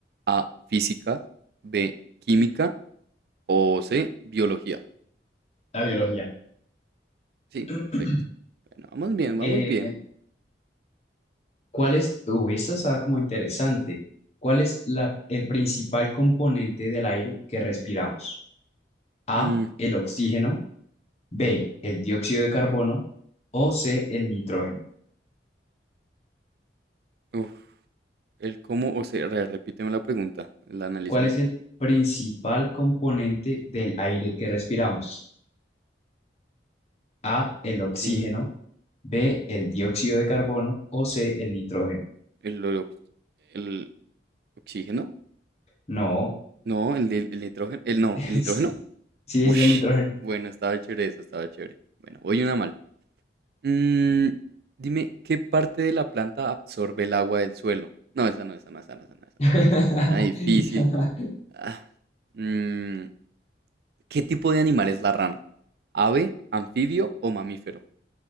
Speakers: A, on the right (about 60°); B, on the left (about 35°).
A: A, física, B, química o C, biología.
B: la biología.
A: Sí, perfecto.
B: <clears throat>
A: Bueno, vamos bien, vamos
B: Eh,
A: bien.
B: ¿cuál es, uh, esta está como interesante. ¿Cuál es la, el principal componente del aire que respiramos? A,
A: Mm,
B: el oxígeno. B, el dióxido de carbono o C, el nitrógeno.
A: uf, el cómo, o sea, re- repíteme la pregunta, la analizo
B: ¿Cuál
A: bien.
B: es el principal componente del aire que respiramos? A, el oxígeno,
A: Ok,
B: B, el dióxido de carbono o C, el nitrógeno.
A: el, el, ¿Oxígeno?
B: No,
A: No, el, del- el nitrógeno. El no,
B: <laughs>
A: el nitrógeno.
B: sí, sí
A: Ush.
B: es el nitrógeno.
A: Bueno, estaba chévere eso, estaba chévere. Bueno, voy una mal. Mm, dime, ¿qué parte de la planta absorbe el agua del suelo? No, esa no, esa no, esa no, esa no. Esa.
B: <laughs>
A: no. Una difícil. Ah, mm, ¿qué tipo de animal es la rana? ¿Ave, anfibio o mamífero?